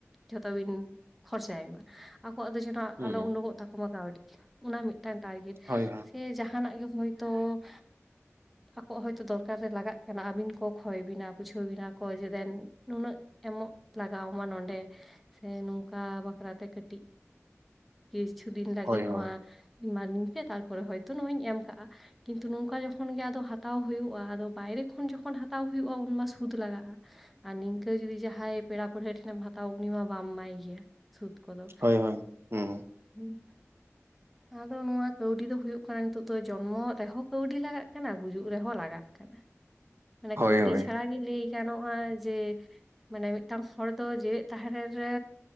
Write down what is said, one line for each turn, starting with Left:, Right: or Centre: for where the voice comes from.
Centre: ᱡᱚᱛᱚ ᱵᱤᱱ ᱠᱷᱚᱨ ᱪᱟᱭ ᱢᱟ ᱟᱠᱚᱣᱟᱜ ᱫᱚ
Right: ᱦᱩᱸ
Centre: ᱟᱞᱚ ᱩᱰᱩᱝᱠᱚᱜ ᱛᱟᱠᱚᱢᱟ ᱠᱟᱹᱣᱰᱤ ᱚᱱᱟ ᱢᱤᱫᱴᱟᱝ ᱴᱟᱨᱜᱮᱴ᱾
Right: ᱦᱚᱭ ᱦᱚᱭ
Centre: ᱥᱮ ᱡᱟᱦᱟᱱᱟᱜ ᱜᱮ ᱦᱚᱭᱛᱚ- ᱟᱠᱚᱼᱟᱜ ᱦᱚᱭᱛᱚ ᱫᱚᱨᱠᱟᱨ ᱨᱮ ᱞᱟᱜᱟᱣᱜ ᱠᱟᱱᱟ ᱟᱹᱵᱤᱱ ᱠᱚ ᱠᱚᱭ ᱵᱤᱱᱟ ᱵᱩᱡᱷᱟᱹᱣ ᱵᱤᱱᱟ ᱠᱚ ᱡᱮ ᱫᱮᱱ᱾ ᱱᱩᱱᱟᱹᱜ ᱮᱢᱚᱜ ᱞᱟᱜᱟᱣ ᱟᱢᱟ ᱱᱚᱸᱰᱮ ᱥᱮ ᱱᱚᱝᱠᱟ ᱵᱟᱠᱷᱨᱟᱛᱮ ᱠᱟᱹᱴᱤᱡ-
Right: <inaudible>
Centre: ᱠᱤᱪᱷᱩ ᱫᱤᱱ ᱞᱟᱹᱜᱤᱫ
Right: ᱦᱳᱭ
Centre: ᱱᱚᱣᱟ
Right: ᱦᱳᱭ
Centre: ᱮᱢᱟ ᱞᱤᱧ ᱯᱮ ᱛᱟᱨᱯᱚᱨᱮ ᱦᱚᱭᱛᱚ ᱱᱚᱣᱟᱧ ᱮᱢ ᱠᱟᱜᱼᱟ᱾ ᱠᱤᱱᱛᱩ ᱱᱚᱝᱠᱟ ᱡᱚᱠᱷᱚᱱ ᱜᱮ ᱟᱫᱚ ᱦᱟᱛᱟᱣ ᱦᱩᱭᱩᱜᱼᱟ ᱟᱫᱚ ᱵᱟᱭᱨᱮ ᱠᱷᱚᱱ ᱡᱚᱠᱷᱚᱱ ᱦᱟᱛᱟᱣ ᱦᱩᱭᱩᱜᱼᱟ ᱩᱱᱢᱟ ᱥᱩᱫ ᱞᱟᱜᱟᱣᱜ- ᱟᱸ ᱟᱨ ᱱᱤᱝᱠᱟᱹ ᱡᱚᱫᱤ ᱡᱟᱦᱟᱸᱭ ᱯᱮᱲᱟ ᱯᱟᱹᱲᱦᱟᱹ ᱴᱷᱮᱱᱮᱢ ᱦᱟᱛᱟᱣ ᱩᱱᱤ ᱢᱟ ᱵᱟᱢ ᱮᱢᱟᱭ ᱜᱮᱭᱟ ᱥᱩᱫ ᱠᱚᱫᱚ᱾
Right: ᱦᱳᱭ ᱦᱳᱭ ᱦᱩᱸ
Centre: ᱦᱮᱸ ᱟᱫᱚ ᱱᱚᱣᱟ ᱠᱟᱹᱣᱰᱤ ᱫᱚ ᱦᱩᱭᱩᱜ ᱠᱟᱱᱟ ᱱᱤᱛᱚᱜ ᱫᱚ ᱡᱚᱱᱢᱚᱜ ᱨᱮᱦᱚᱸ ᱠᱟᱹᱣᱰᱤ ᱞᱟᱜᱟᱜ ᱠᱟᱱᱟ ᱜᱩᱡᱩᱜ ᱨᱮᱦᱚᱸ ᱞᱟᱜᱟᱜ ᱠᱟᱱᱟ ᱢᱟᱱᱮ
Right: ᱦᱳᱭ
Centre: ᱠᱟᱹᱣᱰᱤ
Right: ᱦᱳᱭ
Centre: ᱪᱷᱟᱲᱟ ᱜᱮ ᱞᱟᱹᱭ ᱜᱟᱱᱚᱜᱼᱟ ᱡᱮ ᱢᱟᱱᱮ ᱢᱤᱫᱴᱟᱝ ᱦᱚᱲ ᱫᱚ ᱡᱤᱣᱤᱫ ᱛᱟᱦᱮᱱ ᱨᱮ